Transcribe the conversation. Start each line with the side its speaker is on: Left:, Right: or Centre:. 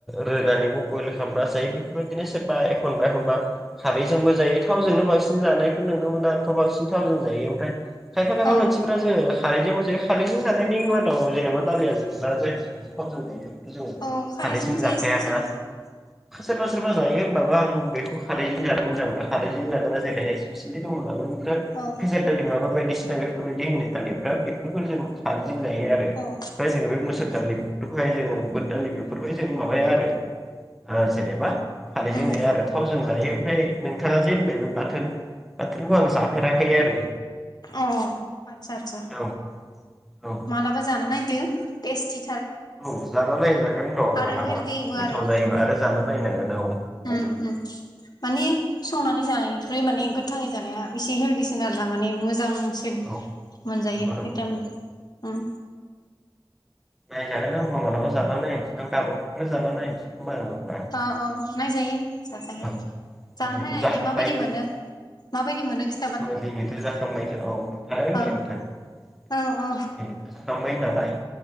Centre: रोनानैबो बयल खालामना जायो बेफोर बिदिनो सोरबा एखनबा एखनबा खारैजोंबो जायो थावजोंनो बांसिन जानायखौ नुनो मोनो आंथ बांसिन थाव जायो ओमफ्राय खायफा खायफा
Left: औ
Centre: मानसिफोरानो खारैजोंबो जायो खारैजों जानाय नि मादाव जेनेबा दालिया जोबस्रा <unintelligible> ज
Left: औ खारैजोंबो
Centre: खारैजों जाखाया
Left: जायो सोरबा
Centre: ना?
Left: सोरबा
Centre: सोरबा सोरबा जायो होनबाबो आं बेखौ खारैजों जानो मोजां मोना खारैजों जाग्रा जों ना जेरैहाय स्पेसिलि दङना थोर
Left: औ
Centre: फेसेर दालि माबा बायदिसिना बेफोरबायदि होनो दालिफ्रा बेफोरखौ जों खार जों गायो आरो ओमफ्राय
Left: औ
Centre: जोङो बे मोसुर दालि बेफोरखौहाय जोङो बुद दालि बेफोरखौहाय जों माबाया आरो ओ जेनेबा खारैजों
Left: उम
Centre: जाया आरो थावजों जायो ओमफ्राय नै नोंथाङा जे होनबाय बे बाथोन बाथोनखौ आं जाफेराखै आरो
Left: अ आतचा आतचा
Centre: औ औ
Left: मालाबा जाना नायदो तेस्टि
Centre: औ जाना नायजागोन न
Left: आरो
Centre: मालाबा
Left: हेलदिबो
Centre: गोथाव
Left: आरो
Centre: जायोबा आरो जाना नायनांगोन औ
Left: उम उम माने संनानै जानाय ओमफ्राय माने गोथाङै जानाया एसे हेल्डिसिन आरोना माने मोजां सिन
Centre: औ
Left: मोनजायो
Centre: नंगौ नंगौ
Left: भिटामिन
Centre: नोंथां
Left: उम
Centre: नायजागोनदां होनबा मालाबा जाना नायनोसै आं गाबोन समफोर जाना नायनोसै खोमा आङो होमबा
Left: औ औ नायजायो जाजायो
Centre: औ
Left: जानानै
Centre: दिनैथ'
Left: नायनानै
Centre: जाखांबायनो
Left: माबायदि मोनो माबायदि मोनो खि
Centre: दिनैथ' जाखांबायनो औ हागोन
Left: औ
Centre: दे नोंथां दिनैथ'
Left: औ औ
Centre: जा बाय नालाय